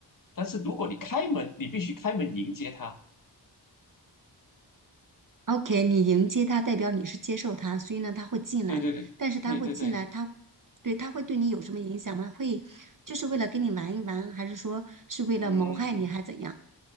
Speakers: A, on the left; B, on the right.
A: 但是如果你开门，你必须开门迎接他。
B: ？OK，你迎接他，代表你是接受他，所以呢，他会进来，
A: 对对对对对对，
B: 但是他会进来，他，对，他会对你有什么影响吗？会，就是为了跟你玩一玩，还是说是为了谋害你，
A: 嗯，
B: 还是怎样？